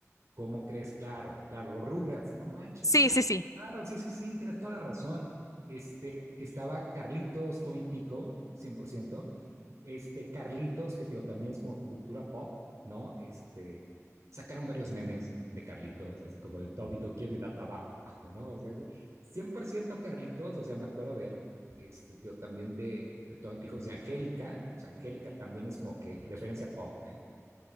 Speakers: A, on the right (about 65°); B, on the left (about 85°).
A: ¿Cómo crees? Claro, claro, los Rugrats, no manches,
B: Sí,
A: claro,
B: sí, sí.
A: claro, sí, sí, sí, tienes toda la razón. Este, que estaba Carlitos, Tommy Pico, 100%. Este, Carlitos, que tío, también es como que cultura pop, ¿no? Este, sacaron varios memes de Carlitos, así como de Tobito, quiero ir a trabajo, ¿no? O sea, sí, 100% Carlitos, o sea, me acuerdo de él. Este, tío, también de, de Tommy Pico, de Angélica, o sea, Angélica también es como que referencia pop, ¿eh?